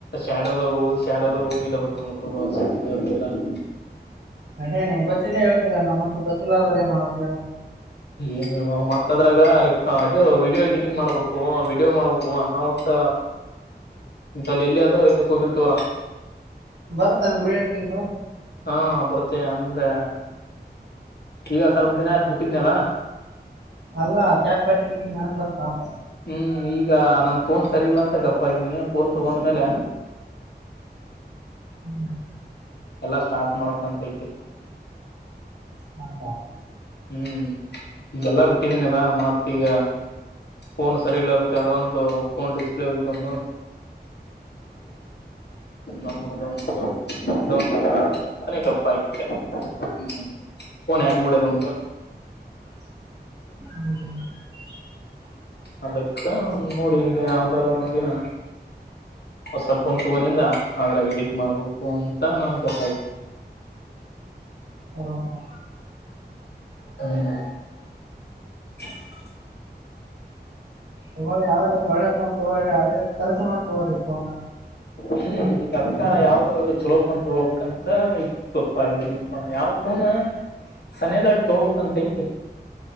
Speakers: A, on the left (about 70°); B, on the right (about 80°).
A: ಶ್ಯಾಡೋ ದಾಗ್ ಹೋಗೋದ ಶ್ಯಾಡೋ ದಾಗ್ <unintelligible> ಎಲ್ಲಾ. <unintelligible>
B: ಅದೇ ನಿಮ್ ಗೊತ್ತಿದೆ ಹೇಳ್ತೀರ ನಮ್ಮಂತವ್ರ ಗೊತ್ತಿಲ್ಲಾರದ್ರ ಏನ್ ಮಾಡದ ಹೇಳಿ.
A: ಏನ ಹೇಳು ಮತ್ತ ಅದ್ರಾಗ ರೆ ಇದು ವಿಡಿಯೋ ಎಡಿಟಿಂಗ್ ಮಾಡ್ಬೇಕು ವಿಡಿಯೋ ಮಾಡ್ಬೇಕು ಅನ್ನಹೂತ್ತ ಇಂತಲ್ಲಿ ಎಲ್ಲಿ ಆದ್ರೂ ಇದಕ್ಕ ಹೋಗಿರ್ತವಲ್ಲ.
B: ಬರತ್ತ ಏನ್ರೀ <unintelligible>
A: ಹಾ ಬರ್ತೇ ಅಂದ್ರೆ ಈಗ ಸ್ವಲ್ಪ ದಿನ ಆಯ್ತ್ ಬಿಟ್ಟಿದ್ನಲ್ಲ
B: ಅಲ್ಲಾ ಕ್ಯಾಪ್ ಕಟ್ಟಿ <unintelligible> ಮಾಡಕ್ ಬರತ್ತಾ ಅಂತ.
A: ಹ್ಮ್ ಈಗ ನನ್ ಫೋನ್ ಸರಿ ಇಲ್ಲಾ ಅಂತ ಗಪ್ಪಾಗಿದ್ದೀನಿ ಫೋನ್ ತಗೊಂಡ್ಮೇಲೆ
B: <unintelligible>
A: ಎಲ್ಲಾ ಸ್ಟಾರ್ಟ್ ಮಾಡಕ್ಂತೈತಿ.
B: ಹ ಹ
A: ಹ್ಮ್ ಈಗೆಲ್ಲಾ ಬಿಟ್ಟಿದೀನಲ್ಲ ಮತ್ ಈಗ ಫೋನ್ ಸರಿ ಇಲ್ಲಾರದಕ್ಕ ಅದೊಂದು ಫೋನ್ ಡಿಸ್ಪ್ಲೇ ಹೋಗಿದ್ದೊಂದು ನಮ್ಮರ್ ಒಂದು <unintelligible> ಫೋನ್ ಹೆಂಗ್ ಒಡ್ಯದ ಅಂದ್ರ
B: <unintelligible>
A: ಅದಕ್ಕ ನೋಡೀಗ ಯಾವ್ದಾರ ಒಂದ್ ದಿನ ಹೊಸ ಪೋನ್ ತಗೊಂಡಿಂದ ಅದ್ರಾಗಿ ಇಡಿಟ್ ಮಾಡ್ಬೇಕು ಅಂತ ನನ್ <unintelligible>
B: ಹ್ಮ್, ಹ್ಮ್.
A: ಹ್ಮ <inaudible>
B: ಹ್ಮ ತಗಿ ಯಾವ್ದಾದಾರೂ ಒಳ್ಳೆ ಫೋನ್ ತೊಗೋರಿ ಅದೇ <unintelligible> ತೊಗೋರಿ ಫೋನ
A: ಹ್ಮ ಈಗ ಅಕ್ಕ ಯಾವ್ದಾದ್ರು ಚಲೋ ಪೋನ್ ತೊಗೋಬೇಕಂತ ಈ <unintelligible> ಯಾವ ಫೋನ್ ಸಮಯದಾಗ ತಗ್ಬೇಕಂತೈ